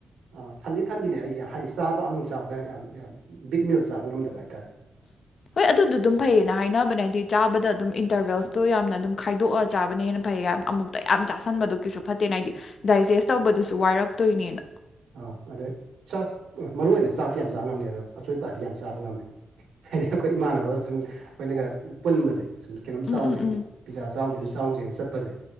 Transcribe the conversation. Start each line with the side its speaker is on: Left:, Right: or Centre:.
Right: ꯑ ꯊꯟꯗꯤ ꯊꯜꯂꯤꯅꯦ ꯑꯩꯁꯦ ꯍꯥꯏꯗꯤ ꯆꯥꯕ ꯑꯃꯨꯛ ꯆꯥꯕꯗ ꯌꯥꯝ ꯌꯥꯝ ꯕꯤꯛ ꯃꯤꯜ ꯆꯥꯕ ꯉꯝꯗꯕ ꯍꯥꯏꯇꯥꯥꯔꯦ
Left: ꯍꯣꯏ ꯑꯗꯨꯗꯨ ꯗꯨꯝ ꯐꯩꯌꯦꯅ ꯍꯥꯏꯅꯕꯅꯦ ꯍꯥꯏꯗꯤ ꯆꯥꯕꯗ ꯑꯗꯨꯝ ꯏꯟꯇꯔꯕꯦꯜꯁꯇꯣ ꯌꯥꯝꯅ ꯑꯗꯨꯝ ꯈꯥꯏꯗꯣꯛꯑ ꯆꯥꯕꯅ ꯍꯦꯟꯅ ꯐꯩꯌꯦ ꯌꯥꯝ ꯑꯃꯨꯛꯇ ꯌꯥꯝ ꯆꯥꯁꯟꯕꯗꯨ ꯀꯩꯁꯨ ꯐꯠꯇꯦꯅ ꯍꯥꯏꯗꯤ ꯗꯥꯏꯖꯦꯁ ꯇꯧꯕꯗꯨꯁꯨ ꯋꯥꯏꯔꯛꯇꯣꯏꯅꯦꯅ
Right: ꯑꯥ ꯑꯗꯩ ꯆꯥꯛ ꯃꯔꯨ ꯑꯣꯏꯅ ꯆꯥꯛꯇꯤ ꯌꯥꯝ ꯆꯥꯕ ꯉꯝꯗꯦ ꯑꯗꯣ ꯑꯆꯣꯏꯄꯥꯗꯤ ꯌꯥꯝ ꯆꯥꯕ ꯉꯝꯃꯦ ꯍꯥꯏꯗꯤ ꯑꯈꯣꯏ ꯏꯃꯥꯟꯅꯕ ꯁꯨꯝ ꯑꯩꯈꯣꯏꯅꯒ ꯄꯨꯟꯕꯁꯦ ꯁꯨꯝ ꯀꯅꯣꯝ ꯆꯥꯎꯁꯦ
Left: ꯎꯝ ꯎꯝ ꯎꯝ
Right: ꯄꯤꯖꯥ ꯆꯥꯎꯖꯦ ꯑꯗꯨ ꯆꯥꯎꯖꯦꯅ ꯆꯠꯄꯖꯦ